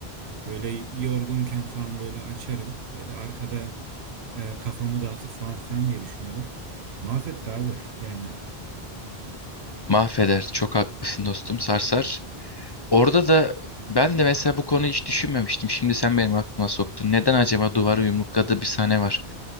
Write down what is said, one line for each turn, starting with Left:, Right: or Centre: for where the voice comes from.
Right: Böyle yorgunken falan böyle açarım. Böyle arkada e, kafamı dağıtır falan filan diye düşünüyordum. Mahvetti abi <laughs> yani.
Left: Mahveder. Çok haklısın dostum. Sarsar. Orada da ben de mesela bu konuyu hiç düşünmemiştim. Şimdi sen benim aklıma soktun. Neden acaba duvarı yumrukladığı bir sahne var?